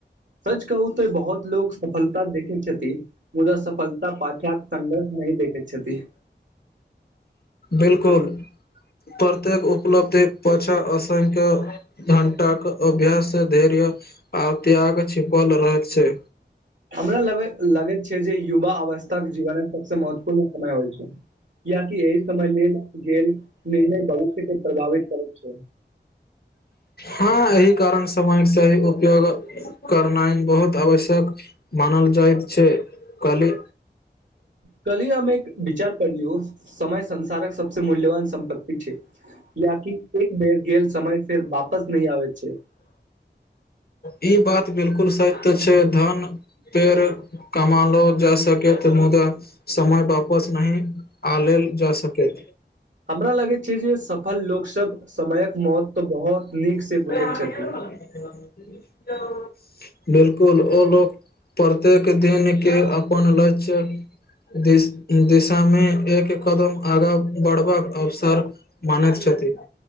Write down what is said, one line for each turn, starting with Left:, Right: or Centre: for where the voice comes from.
Right: सच। कहू तऽ बहुत लोकोग सफलता देखैत छथिन। मुदा सफलता पाछाक संघर्ष नहिही देखैत छथि।
Left: बिलकुल प्रत्येक उपलब्धि पाछा असंख्य घं्टाक अभ्यास धैर्य आ त्याग छिपल रहैत छै।
Right: हमरा लग लगैत छै जे युवा अवस्था जीवन सबस महत्वपूर्ण समय होइ छै याकि एहि समय लेल गेल निर्णय भविष्य के प्रभावित करै छै।
Left: हँ एहि कारण समय सही उपयोग करनाइ बहुत आवश्यक मानल जाइत छै कहली।
Right: कली अमे एक विचार पियौ समय संसारक। सबस मूल्यवान सं्पत्तति छै कियकि एक बेर गेलल समय फेर वापस नहि आबै छै।
Left: ई बात बिलकुल सत्य छै धन पेड़ कमओो जा सकैत मुदा समय वापस नहि आल जा सकै।
Right: हमरा लगैत छै जे सफल लोकसभ समयक महत्व बहुत।
Left: <unintelligible>
Right: नीक से बुझैत छथि
Left: बिलकुल ओ लोक प्रत्येक दिनक के अपन ल्ष्य दि दिशामे एक कदम आगाँ बढ़बाक अवसर मानैत छथिन।